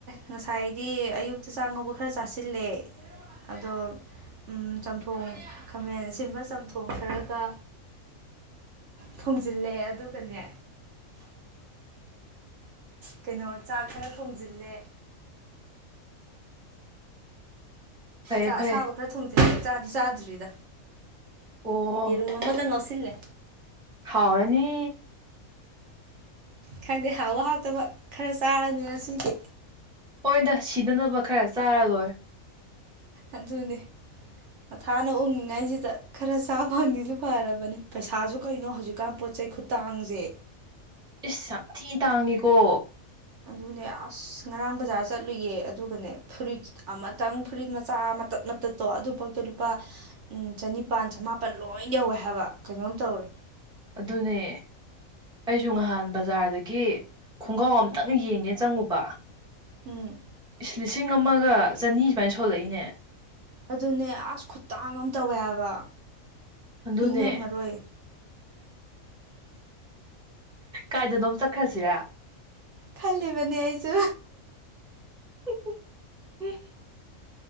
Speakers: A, on the right; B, in the centre.
A: ꯉꯁꯥꯏꯗꯤ ꯑꯌꯨꯛꯇ ꯆꯥꯛꯉꯧꯕ ꯈꯔ ꯆꯥꯁꯤꯜꯂꯦ ꯑꯗꯣ ꯎꯝ ꯆꯝꯊꯣꯡ ꯈꯃꯦꯟ ꯑꯁꯤꯟꯕ ꯆꯝꯊꯣꯡ ꯈꯔꯒ ꯊꯣꯡꯖꯤꯜꯂꯦ ꯑꯗꯨꯒꯅꯦ ꯀꯩꯅꯣ ꯆꯥꯛ ꯈꯔ ꯊꯣꯡꯖꯤꯜꯂꯦ
B: ꯐꯩꯌꯦ
A: ꯆꯥꯛ
B: ꯐꯩꯌꯦ
A: ꯑꯁꯥꯕ ꯈꯔ ꯊꫭꯡꯖꯤꯜꯂꯦ ꯆꯥꯗꯤ ꯆꯥꯗ꯭ꯔꯤꯗ
B: ꯑꯣ
A: ꯌꯦꯔꯨꯝ ꯑꯃꯗ ꯉꯧꯁꯤꯜꯂꯦ
B: ꯍꯥꯎꯔꯅꯤ
A: ꯈꯪꯗꯦ ꯍꯥꯎꯕ ꯍꯥꯎꯇꯕ ꯈꯔ ꯆꯥꯔꯅꯤ ꯉꯁꯤꯒꯤ
B: ꯍꫭꯗ ꯁꯤꯗꯅꯕ ꯈꯔ ꯆꯥꯔ ꯂꯣꯏꯔꯦ
A: ꯑꯗꯨꯅꯦ ꯃꯊꯥꯅ ꯎꯛꯉꯉꯥꯏꯁꯤꯗ ꯈꯔ ꯆꯥꯕ ꯐꯪꯉꯤꯁꯨ ꯐꯔꯕꯅꯤ ꯄꯩꯁꯥꯁꯨ ꯀꯩꯅꯣ ꯍꯧꯖꯤꯛꯀꯥꯟ ꯄꯣꯠ ꯆꯩ ꯈꯨꯇꯥꯡꯖꯦ
B: ꯏꯁ ꯌꯥꯝ ꯊꯤ ꯇꯥꯡꯉꯤꯀꯣ
A: ꯑꯗꯨꯅꯦ ꯑꯁ ꯉꯔꯥꯡ ꯕꯖꯥꯔ ꯆꯠꯂꯨꯏꯌꯦ ꯑꯗꯨꯒꯅꯦ ꯐꯨꯔꯤꯠ ꯑꯃꯇꯪ ꯐꯨꯔꯤꯠ ꯃꯆꯥ ꯑꯃ ꯃꯇꯠ ꯃꯇꯠꯇꫭ ꯑꯗꯨꯐꯥꯎꯗ ꯂꯨꯄꯥ ꯎꯝ ꯆꯅꯤꯄꯥꯟ ꯆꯃꯥꯄꯟ ꯂꯣꯏ ꯌꯧꯋꯦ ꯍꯥꯏꯕ ꯀꯩꯅꯣꯝ ꯇꯧꯔꯦ
B: ꯑꯗꯨꯅꯦ ꯑꯩꯁꯨ ꯅꯍꯥꯟ ꯕꯖꯥꯔꯗꯒꯤ ꯈꯣꯡꯒꯥꯎ ꯑꯝꯇꯪ ꯌꯦꯡꯒꯦ ꯆꯪꯉꯨꯕ
A: ꯎꯝ
B: ꯂꯤꯁꯤꯡ ꯑꯃꯒ ꯆꯅꯤ ꯁꯨꯃꯥꯏ ꯁꯣꯜꯂꯛꯏꯅꯦ
A: ꯑꯗꯨꯅꯦ ꯑꯁ ꯈꯨꯇꯥꯡ ꯑꯃ ꯇꯧꯋꯦ ꯍꯥꯏꯕ
B: ꯑꯗꯨꯅꯦ
A: ꯍꯤꯡ ꯉꯝꯃꯔꯣꯏ
B: ꯀꯥꯏꯗꯅꯣꯝ ꯆꯠꯈ꯭ꯔꯁꯤꯔ
A: ꯈꯜꯂꯤꯕꯅꯦ ꯑꯩꯁꯨ
B: ꯍꯨ ꯍꯨ ꯍꯨ